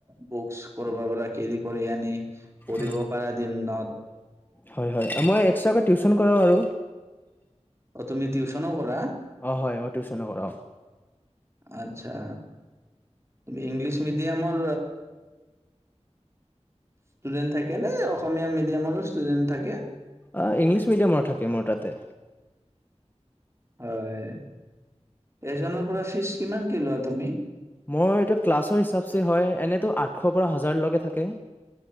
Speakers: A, on the right (about 25°); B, on the left (about 15°).
A: বুক্চ কৰ কেৰি কৰি আনি পঢ়িব
B: উম
A: পাৰে দিনত।
B: হয়, হয় মই এক্সট্ৰাকৈ টিউশন কৰো আৰু।
A: অ', তুমি টিউচনো কৰা?
B: অ', হয় মই টিউচনো কৰো।
A: আচ্ছা তুমি ইংলিছ মিডিয়ামৰ ষ্টুডেণ্ট থাকে নে অসমীয়া মিডিয়ামৰো ষ্টুডেণ্ট থাকে।
B: আহ ইংলিছ মিডিয়ামৰ থাকে মোৰ তাতে।
A: হয়, এজনৰ পৰা ফিজ কিমান কে লোৱা তুমি?
B: মই এইটো ক্লাছৰ হিচাপচে হয় এনেতো আঠশৰ পৰা হাজাৰলৈকে থাকে।